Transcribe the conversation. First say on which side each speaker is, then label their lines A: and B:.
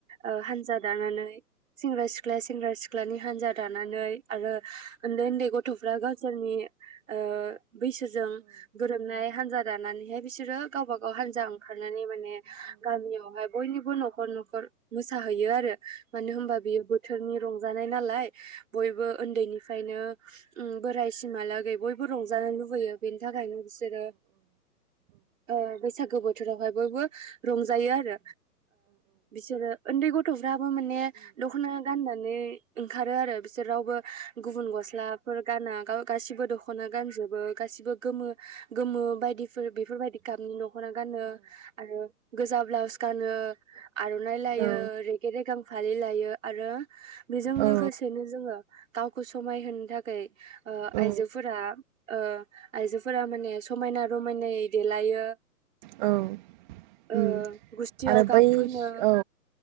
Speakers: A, on the right; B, on the right.
A: ओ हानजा दानानै सेंग्रा सिख्ला सेंग्रा सिख्लानि हानजा दानानै आरो उन्दै उन्दै गथ'फ्रा गावसोरनि ओ बैसोजों गोरोबनाय हानजा दानानैहाय बिसोरो गावबा गाव हानजा ओंखारनानै माने गामियावहाय बयनिबो नख न'खर न'खर मोसाहैयो आरो मानो होमबा बियो बोथोरनि रंजानाय नालाय बयबो उन्दैनिफ्रायनो बोराय सिमहालागै बयबो रंजानो लुबैयो बेनि थाखायनो बिसोरो ओ बैसागु बोथोरावहाय बयबो रंजायो आरो बिसोरो उन्दै गथ' थाङाबो माने दख'ना गाननानै ओंखारो आरो बिसोर रावबो गुबुन गस्लाफोर गाना गासिबो दख'ना गानजोबो गासिबो गोमो गोमो बायदिफोर बेफोरबायदि गाबनि न'खर दखना गानो आरो गोजा ब्लाउस गानो आर'नाइ लायो
B: औ
A: रेगे रेगां फालि लायो आरो बेजों लोगोसेनो
B: औ
A: जोङो गावखौ समायहोनो थाखाय ओ
B: औ
A: आइजोफोरा ओ आइजोफोरा माने समायना रमायनायै देलायो
B: औ ओम
A: ओ गुस्थियाव
B: आरो
A: गाब
B: बै
A: फोनो
B: औ